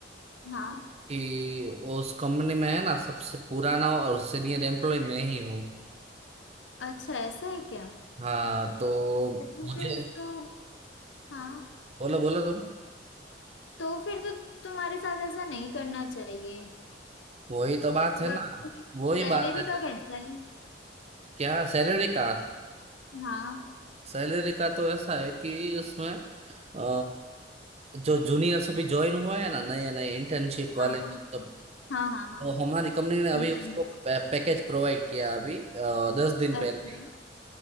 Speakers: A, on the left; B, on the right.
A: हाँ
B: कि उस कंपनी में है ना सबसे पुराना और सीनियर एम्प्लॉय मैं ही हूँ
A: अच्छा ऐसा है क्या
B: हाँ तो
A: तो
B: मुझे
A: फिर तो हाँ
B: बोलो बोलो तुम
A: तो फिर तो तुम्हारे साथ ऐसा नहीं करना चाहिए
B: वही तो बात है
A: बाकी
B: ना वही
A: सैलरी
B: बात है
A: का कैसा है
B: क्या सैलरी का
A: हाँ
B: सैलरी का तो ऐसा है कि उसमें अ, जो जूनियर्स अभी ज्वाइन हुआ है ना नए नए इंटर्नशिप वाले
A: हाँ हाँ
B: तो,
A: हाँ हाँ हाँ
B: तो हमारी कंपनी ने अभी
A: इंटर्न्स
B: उसको पै, पैकेज प्रोवाइड किया अभी आ, दस दिन पहले
A: अच्छा
B: ही।